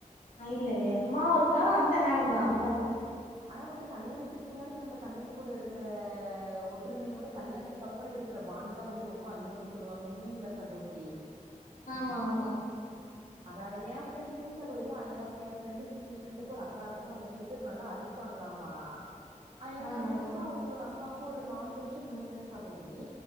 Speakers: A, on the left; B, on the right.
A: ஆ இல்ல இல்ல எப்பமா ஒரு க்க அந்த நேர தா அதுக்கவ
B: ஆனா வந்து கல்யாணத்துக்கு முன்னாடி நம்ம தங்கச்சி கூட இருக்கிற ஒற்றுமைய விட கல்யாணத்துக்கு அப்பறம் இருக்கிற பாண்டு தா வந்து ரொம்ப அதிகம்னு சொல்லுவாங்க உண்மைங்களா சகோதரி
A: ஆமா ஆமா
B: அதாதா எ பிரண்டுமே சகோதரி எ ஏ ஃபிரண்டுக்கு ஃபிரெண்டுக்கு ஒரு அப் தா இருக்காங்க அவங்க ரெண்டு பேரும் நல்லா அடிச்சிப்பாங்களாமா என்
A: ஆ
B: ஃபிரண்டுக்கும்
A: ஆ
B: அவங்களோட அக்காக்கும் ஒரு நாலு வருஷம் முன்ன பின்ன சகோதரி